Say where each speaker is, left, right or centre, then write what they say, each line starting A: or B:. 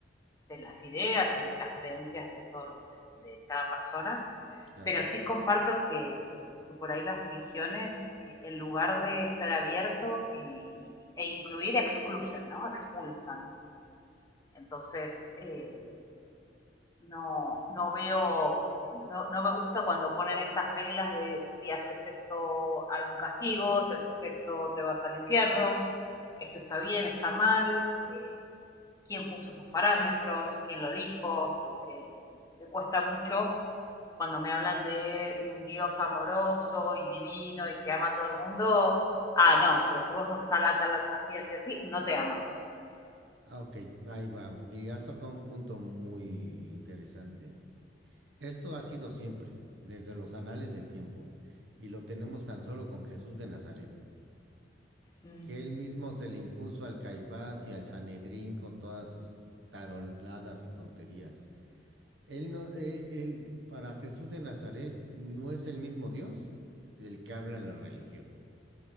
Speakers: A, on the left (about 20°); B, on the right (about 80°).
A: de las ideas y de las creencias
B: Mm.
A: de, todo, de, de cada persona,
B: Claro.
A: pero sí comparto que, que por ahí las religiones, eh, en lugar de ser abiertos y- y- e incluir, excluyen, ¿no? Expulsan. Entonces, eh, no, no veo, no, no me gusta cuando ponen estas reglas de si haces esto hay un castigo, si haces esto te vas al infierno, esto está bien, está mal, eh, quién puso esos parámetros, quién lo dijo, como que me cuesta mucho cuando me hablan de un Dios amoroso y divino y que ama a todo el mundo, ah, no, pero si vos sos tal, tal, así, así, así, no te ama.
B: Ah, Ok, ahí va. Y has tocado un punto muy interesante. Esto ha sido siempre, desde los anales del tiempo, y lo tenemos tan solo con Jesús de Nazaret,
A: Mm.
B: que él mismo se le impuso al Caifás y al Sanedrín con todas sus taroladas y tonterías. Él no, eh, él, para Jesús de Nazaret no es el mismo Dios del que habla en la religión.